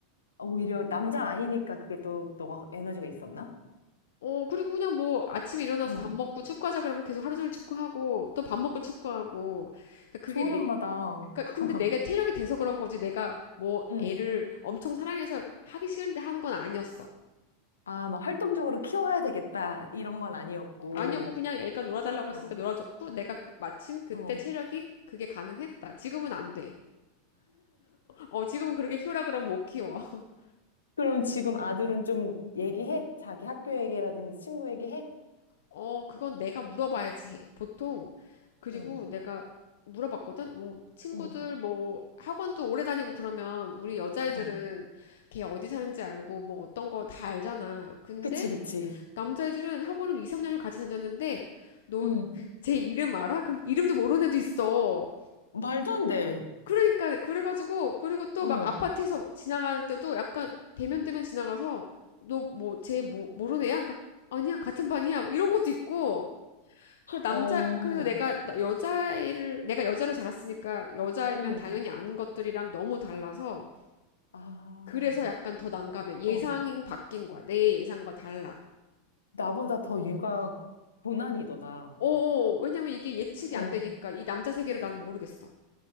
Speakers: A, on the left; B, on the left.
A: 오히려 남자아이니까 그게 또 너가 에너지가 있었나?
B: 어 그리고 그냥 뭐 아침에 일어나서
A: 응.
B: 밥 먹고 축구하자 그러면 계속 하루 종일 축구하고 또 밥 먹고 축구하고 그러니까 그게
A: 좋은 엄마다.
B: 그러니까
A: <laughs>
B: 근데 내가 체력이 돼서 그런 거지 내가 뭐
A: 응.
B: 애를 엄청 사랑해서 하기 싫은데 하는 건 아니었어.
A: 아, 막 활동적으로 키워야 되겠다. 이런 건 아니었고.
B: 아니었고 그냥 애가 놀아달라고
A: 어,
B: 했으니까 놀아줬고 내가 그- 마침 그때
A: 어.
B: 체력이 그게 가능했다. 지금은 안 돼. 어, 지금은 그렇게 키우라 그러면 못 키워. <laughs>
A: 그럼 지금 아들은 좀 얘기해? 자기 학교 얘기라든지 친구 얘기해?
B: 어, 그건 내가 물어봐야지 해. 보통 그리고
A: 응,
B: 내가 물어봤거든. 뭐 친구들
A: 응,
B: 뭐 학원도 오래 다니고 그러면 우리 여자애들은
A: 어.
B: 걔 어디 사는지 알고 뭐 어떤 거 다 알잖아. 근데
A: 그치, 그치.
B: 남자애들은 학원을 2, 3년을 같이 다녔는데, 너
A: 응.
B: 제 이름 알아? 그럼 이름도 모르는 애도 있어.
A: 말도 안 돼.
B: 그러니까, 그래가지고, 그리고 또
A: 응.
B: 막 아파트에서 지나갈 때도 약간 대면대면 지나가서, 너 뭐, 쟤 뭐, 모르는 애야? 그러니까, 아니야, 같은 반이야. 뭐 이런 것도 있고. 그래서 남자,
A: 어,
B: 그래서 내가 나- 여자애를, 내가 여자로 자랐으니까 여자면
A: 응.
B: 당연히 아는 것들이랑 너무 달라서,
A: 아,
B: 그래서 약간 더 난감해. 예상이
A: 어.
B: 바뀐 거야. 내 예상과 달라.
A: 나보다 더 육아 고난이도다.
B: 어어, 왜냐면 이게 예측이
A: 어.
B: 안 되니까 이 남자 세계를 난 모르겠어.